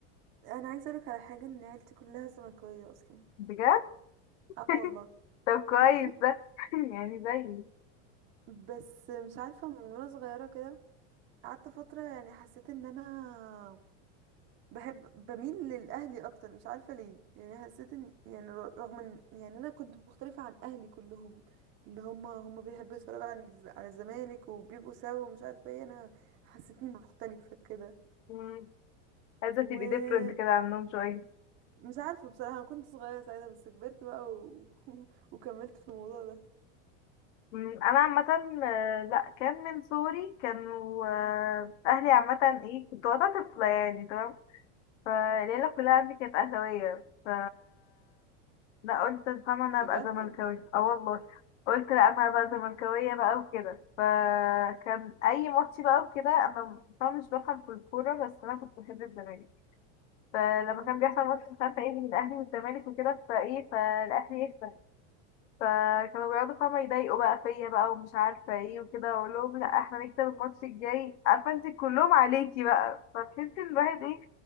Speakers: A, on the right; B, on the left.
A: انا عايزة اقولك على حاجة ان عيلتي كلها زملكاوية اصلا
B: بجد
A: اه
B: <laughs>
A: والله
B: طب كويس
A: <laughs>
B: ده <laughs> يعني زيي
A: بس مش عارفة من وانا صغيرة كده قعدت فترة يعني حسيت ان انا بحب بميل للاهلي اكتر مش عارفه ليه يعني حسيت ان يعني ر- رغم ان يعني انا كنت مختلفه عن اهلي كلهم اللي هم هم بيحبوا يتفرجوا عن الز- على الزمالك وبيبقوا سوا ومش عارفه ايه انا حسيتني مختلفه كده
B: مم، عايزة
A: ومش
B: تبقي different كده عنهم شوية
A: عارفه بصراحه انا كنت صغيره ساعتها بس كبرت بقى و... <laughs> وكملت في الموضوع ده
B: مم، أنا عامة آه، لأ كان من صغري كانوا آه، أهلي عامة إيه كنت وقتها طفلة يعني تمام فالعيلة كلها عندي كانت أهلاوية ف لا قلت فاهمة أنا
A: بجد
B: هبقى زملكاوية
A: والله
B: اه والله قلت لا أنا هبقى زملكاوية بقى وكده فكان أي ماتش بقى وكده أنا فاهمة مش بفهم في الكورة بس أنا كنت بحب الزمالك فلما
A: مم.
B: كان بيحصل ماتش مش عارفة ايه بين الأهلي والزمالك وكده فايه فالأهلي يكسب فكانوا بيقعدوا فاهمة يضايقوا بقى فيا بقى ومش عارفة ايه وكده أقول لهم لا احنا نكسب الماتش الجاي عارفة انت كلهم عليكي بقى فتحسي الواحد ايه